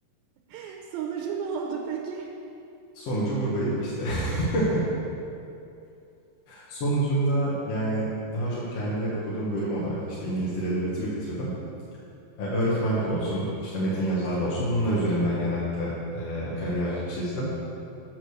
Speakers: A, on the right (about 80°); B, on the left (about 55°).
A: <laughs> Sonucu ne oldu peki?
B: Sonucu buradayım işte. <laughs> Sonucunda yani daha çok kendi okuduğum bölüm odaklı işte İngiliz Dili Edebiyatı bitirdim. Ee, öğretmenlik olsun, işte metin yazarlığı olsun bunlar üzerinden genellikle e, kariyer çizdim.